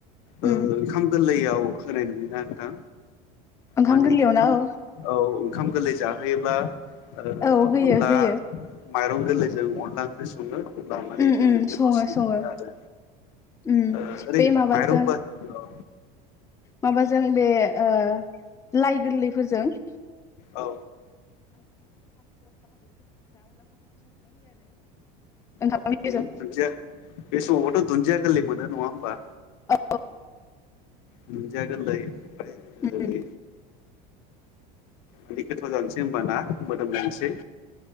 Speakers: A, on the left; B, on the left.
A: ओ
B: उम
A: ओंखाम गोरलैयाव होनाय नुयोना नोंथां
B: ओंखाम
A: माने
B: गोरलैयावना
A: ओंखाम
B: औ
A: औ ओंखाम गोरलै जाहोयोब्ला ओ
B: औ होयो
A: अनला
B: होयो
A: माइरं गोरलैजों अनला ओंख्रि सङो अब्ला मानि
B: उम
A: जोङो
B: उम सङो
A: थावसिन
B: सङो
A: मोनो आरो
B: उम
A: ओ ओरै
B: बे माबाजों
A: माइरंफोर औ।
B: माबाजों बे ओ लाइ गोरलैफोरजों <inaudible>
A: औ
B: ओंखाम
A: औ
B: गोरलैजों
A: दुन्दिया बे समावबोथ' दुन्दिया गोरलै मोनो नङा होमबा?
B: औ
A: दुनजिया गोरलै
B: उम
A: ओरै बिदि गोथाव जानोसै होमबाना मोदोमलानोसै।